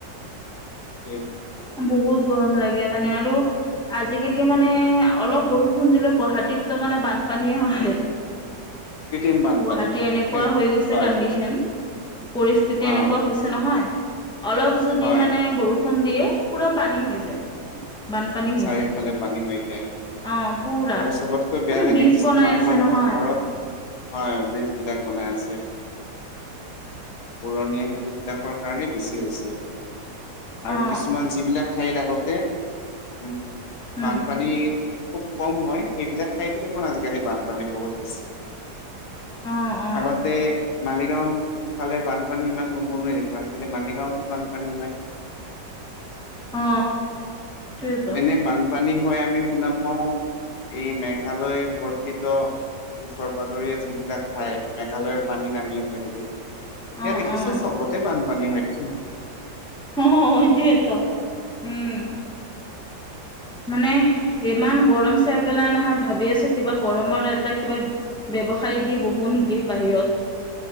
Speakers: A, on the left; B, in the centre.
A: <inaudible>
B: বহুত গৰম লাগে মানে আৰু? আজিকালি মানে অলপ বৰষুণ দিলে গুৱাহাটীত তো মানে বানপানীয়ে হয়।
A: কৃত্ৰিম বানপানী
B: গুৱাহাটীৰ এনেকুৱা হৈ গৈছে
A: হয়
B: কণ্ডিশন! পৰিস্থিতি এনেকুৱা
A: অ',
B: হৈছে নহয়! অলপ যদি
A: হয়
B: মানে বৰষুণ দিয়ে পুৰা পানী হৈ যায়। বানপানী হৈ
A: চাৰিফালে
B: যায়
A: পানী হৈ যায়। আৰু
B: অ পুৰা
A: চবতকৈ
B: মানে
A: বেয়া লাগে,
B: ব্ৰিজ
A: কিছুমান
B: বনাই আছে
A: মানুহৰ
B: নহয়
A: ঘৰত হয় ব্ৰিজ বিলাক বনাই আছে।
B: অম
A: পুৰণীয়া সেইেতু বিলাকৰ কাৰণে বেছি হৈছে এইবিলাক আৰু
B: অ
A: কিছুমান যিবিলাক ঠাইত আগতে উম বান
B: উম
A: বান পানী খুব কম হয় সেইবিলাক ঠাইতো দেখন আজিকালি বানপানী বহুত বেছি হৈছে।
B: অ অ
A: আগতে মালিগাঁও ফালে বানপানী ইমান নহৈএ দেখো আনালি মালিগাঁৱতো বানপানী হয়।
B: অ সেইটোৱেতো
A: এনে বানপানী হয় আমি শুনা পাও এই মেঘালয় বৰ্তিত ওচৰ পাজৰীয়া যিবিলাক ঠাই মেঘালয়ৰ পানী নামি আহে বুলি। এতিয়া
B: অ
A: দেখিছো
B: অ
A: চবতে বানপানী হয় দেখোন
B: অ সেইটোৱে ত উম। মানে, ইমান গৰম চাই পেলাই নহয় ভাবি আছো কিবা গৰমৰ এটা কিবা- ব্যৱসায় দি বহো নেকি বাহিৰত।